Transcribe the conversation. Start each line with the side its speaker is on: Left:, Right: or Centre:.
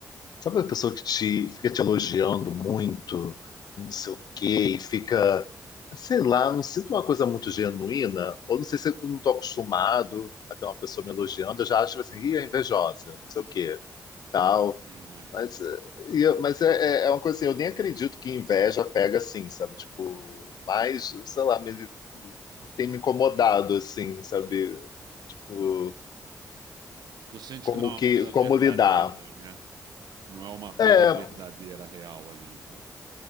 Left: Sabe uma pessoa que te fica te elogiando muito, não sei o quê, e fica, sei lá, não sinto uma coisa muito genuína, ou não sei se eu não tô acostumado a ter uma pessoa me elogiando, eu já acho tipo assim, ih, é invejosa, não sei o quê, tal.
Right: Entendi.
Left: Mas, eh, e eu- mas é, é é uma coisa assim, eu nem acredito que inveja pega assim, sabe? Tipo, mas, sei lá, me- tem me incomodado, assim, sabe? Tipo,
Right: Tu sente
Left: como
Right: que não é
Left: que,
Right: uma coisa verdadeira,
Left: como lidar.
Right: né? Não é uma coisa
Left: É,
Right: verdadeira, real ali, então.